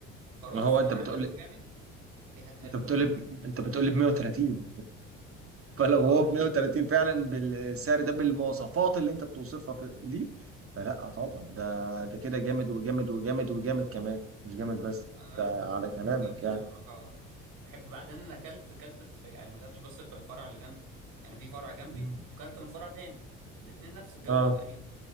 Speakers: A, on the right; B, on the right.
A: فرخصه
B: ما هو انت
A: مع
B: بتقول
A: ان هو
B: لي
A: جامد دي حاجه حلوه
B: انت بتقول لي انت بتقول لي ب 130 فلو
A: اه
B: هو ب
A: يعني
B: 130 فعلا بالسعر ده بالمواصفات اللي انت بتوصفها في- دي فلا طبعا ده ده كده جامد وجامد وجامد وجامد كمان مش جامد بس
A: انا
B: ده على كلامك
A: انا بجد الصراحه
B: يعني
A: بحب بعدين انا اكلت اكلت في يعني ما اكلتش بس في الفرع اللي جنبي يعني في فرع جنبي
B: مم.
A: وكلت من فرع تاني الاتنين نفس الجوده
B: اه
A: تقريبا